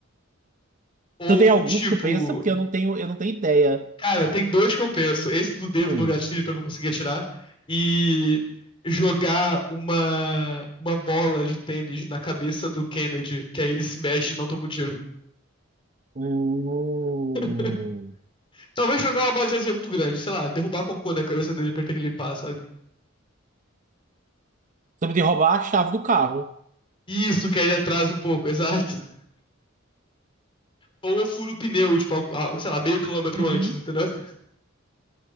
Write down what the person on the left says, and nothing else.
Ou
tipo,
cara, tem dois que eu penso. Esse do dedo
no gatilho pra eu não conseguir atirar e jogar uma uma bola de tênis na cabeça do Kennedy, que aí ele se mexe e não toma um tiro.
<laughs> Talvez jogar uma bola de tênis é muito grande, sei lá, derrubar cocô na cabeça dele pra ele ter que limpar, sabe?
Isso, que aí ele atrasa um pouco, exato. Ou eu furo o pneu, tipo, algo- ah, sei lá, meio quilômetro
antes, entendeu? Você